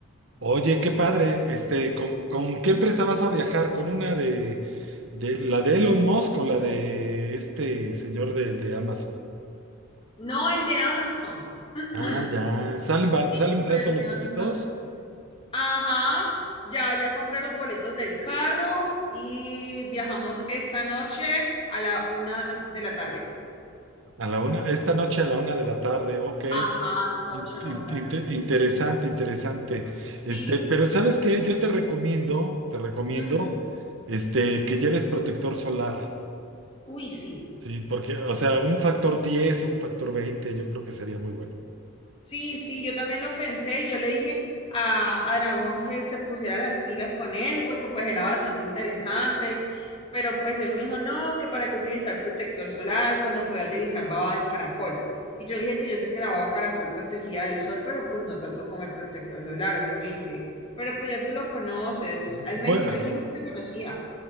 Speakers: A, on the right (about 60°); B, on the left (about 25°).
A: Oye, qué padre, este, ¿con, con qué empresa vas a viajar? ¿Con una de, de la de Elon Musk o la de este señor del de Amazon?
B: No, el de Amazon. <clears throat>
A: Ah, ya, salen, bar-
B: Sí,
A: salen baratos
B: el de
A: los
B: Amazon.
A: boletos.
B: Ajá, ya, ya compré los boletos del carro y viajamos esta noche a la una de la tarde.
A: A la una, esta noche a la una de la tarde, ok.
B: Ajá, esta
A: In-
B: noche a la
A: in-
B: una
A: inte-
B: de la tarde.
A: Interesante, interesante. Este,
B: Sí,
A: pero
B: sí.
A: ¿sabes qué? Yo te recomiendo, te recomiendo,
B: Mm,
A: este, que lleves protector solar,
B: Uy, sí.
A: ¿sí? Porque, o sea, un factor 10 o un factor 20 yo creo que sería muy bueno.
B: Sí, sí, yo también lo pensé y yo le dije a, a Dragón que se pusiera las pilas con eso porque pues era bastante interesante, pero pues él me dijo, no, que para qué utilizar protector solar cuando podía utilizar baba de caracol. Y yo le dije que yo sé que la baba de caracol protegía del sol, pero pues no tanto como el protector solar, obviamente. Pero pues ya tú lo conoces,
A: Bueno,
B: él me dijo, él me dijo que te conocía,